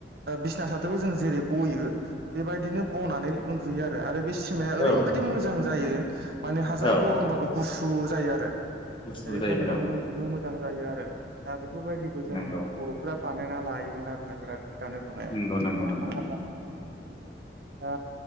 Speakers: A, on the right; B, on the left.
A: बिसना सादोरखौ जों जेरै बयो बेबायदिनो बनानै उन्दुयो आरो बे सिमाया
B: औ
A: ओरैबायदि मोजां जायो माने हाजार
B: औ
A: गरमबाबो गुसु जायो आरो
B: गुसु जायोमोन
A: बेफोरबायदि माने
B: औ
A: उन्दुनो मोजां जायो आरो दा बेफोरबायदि खौ जों
B: नंगौ
A: बर'फोरा बानायना लायोमोन आरोना बिराद दानाय लुनायाव
B: नंगौ नंगौ नोंथां नंगौ <inaudible>
A: दा